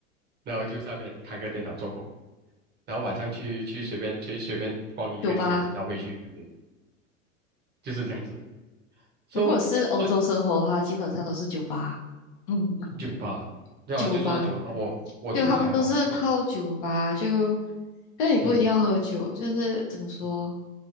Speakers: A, on the right (about 25°); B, on the left (about 40°).
A: 然后就在那边开个电脑做工，然后晚上去去随便去随便逛一个街，
B: 酒吧，
A: 然后回去这样子，就是这样子。So
B: 如果是欧洲生活的话，
A: 所以
B: 基本上都是酒吧。嗯，<laughs>
A: 酒吧，要就坐在酒吧，
B: 酒吧，
A: 呃我我就还好，
B: 就他们都是泡酒吧，
A: 没有，
B: 就但也不一定要喝酒，
A: 嗯
B: 就是怎么说，
A: 嗯